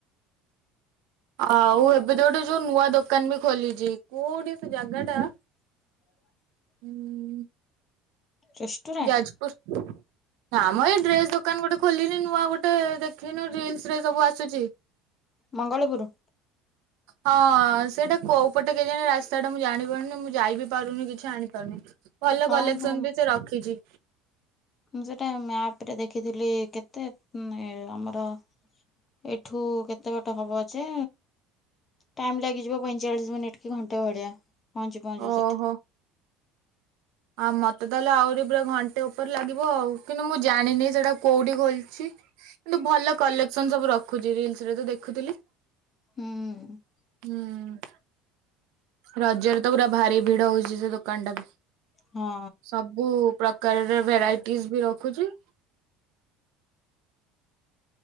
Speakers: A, on the right; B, on the left.
A: ଆଉ ଏବେ ଯୋଉଠି ଯୋଉ ନୂଆ ଦୋକାନ ବି ଖୋଲିଛି କୋଉଠି ସେ ଜାଗା ଟା
B: <unintelligible>
A: ହିଁ
B: ରେଷ୍ଟୁରାଣ୍ଟ
A: ଯାଜପୁର। ନା ମ ଏ ଡ୍ରେସ ଦୋକାନ ଗୋଟେ ଖୋଲିିଚି ନୂଆ ଗୋଟେ ଦେଖିନୁ ରିଲସ୍ ରେ ସବୁ ଆସୁଛି।
B: ମଙ୍ଗଳପରୁ।
A: ହଁ ସେଇଟା କୋଉ ପଟେ କେଜାଣି ରାସ୍ତା ଟା ମୁଁ ଜାଣିପାରୁନି ମୁଁ ଯାଇ ବିି ପାରୁନି କିଛି ଆଣିପାରୁ ନି ଭଲ
B: ହଁ
A: କଲେକ୍ସନ
B: ହଁ।
A: ବି ସେ ରଖିଛି।
B: ମୁଁ ସେଟା ମ୍ୟାପରେ ଦେଖିଥିଲି କେତେ ଉଁଏ-ଆମର। ଏଇଠୁ କେତେ ବାଟ ହବ ଯେ? ଟାଇମ ଲାଗିଯିବ ପଇଁଚାଳିଶ ମିନିଟ୍ କି ଘଣ୍ଟେ ଭଳିଆ ପହୁଞ୍ଚୁ ପହଞ୍ଚୁ
A: ଓହୋ
B: ସେଠି।
A: ଆଉ ମତେ ତାହେଲେ ଆହୁରି ପୁରା ଘଣ୍ଟେ ଉପରେ ଲାଗିବ ଆଉ କିନ୍ତୁ ମୁଁ ଜାଣିନି ସେଟା କୋଉଠି ଖୋଲିଚି? କିନ୍ତୁ ଭଲ କଲେକ୍ସନ ସବୁ ରଖୁଚି ରିଲସ ରେ ତ ଦେଖୁଥୁଲି।
B: ହୁଁ
A: ହୁଁ ରଜରେ ତ ପୁରା ଭାରି ଭିଡ ହଉଛି ସେ ଦୋକାନ ଟାକୁ
B: ହଁ।
A: ସବ ବହୁ ପ୍ରକାରର ଭେରାଇଟିଜି ବି ରଖୁଛି।